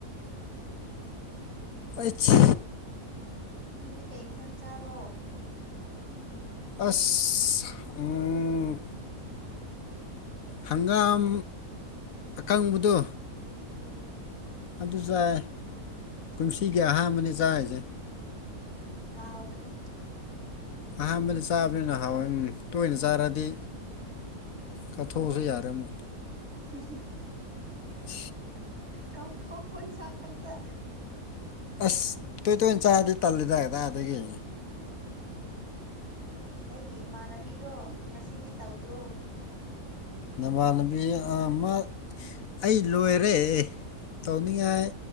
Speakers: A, on the left; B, on the right.
A: ꯑꯩꯆ
B: ꯅꯪꯗꯤ ꯀꯩ ꯏꯟꯁꯥꯡ ꯆꯥꯕ꯭ꯔꯣ
A: ꯑꯁ ꯎꯝ ꯍꯪꯒꯥꯝ ꯑꯀꯪꯕꯗꯣ
B: ꯎꯝ
A: ꯑꯗꯨ ꯆꯥꯏ ꯀꯨꯝꯁꯤꯒꯤ ꯑꯍꯥꯟꯕꯅꯦ ꯆꯥꯏꯖꯦ
B: ꯍꯥꯎꯕꯅꯦ
A: ꯑꯍꯥꯟꯕꯗ ꯆꯥꯕꯅꯤꯅ ꯍꯥꯎꯋꯦ ꯇꯣꯏꯅ ꯆꯥꯔꯗꯤ ꯀꯠꯞꯊꯣꯛꯑꯁꯨ ꯌꯥꯔꯦ ꯑꯃꯨꯛ
B: ꯎ
A: ꯑ
B: ꯀꯧꯊꯣꯛꯣꯛ ꯃꯟ ꯆꯥꯡ ꯀꯗ
A: ꯑꯁ ꯇꯣꯏ ꯇꯣꯏꯅ ꯆꯥꯔꯗꯤ ꯇꯜꯜꯂꯤꯦꯗꯥꯗꯥ ꯑꯗꯒꯤ
B: ꯑꯩꯒꯤ ꯏꯃꯥꯟꯅꯕꯤꯗꯣ ꯉꯁꯤꯗꯤ ꯇꯧꯗ꯭ꯔꯣ
A: ꯅ ꯃꯥꯥꯟꯅꯕꯤ ꯑ ꯃꯥ ꯑꯩ ꯂꯣꯏꯔꯦ ꯇꯧꯅꯤꯡꯉꯥꯏ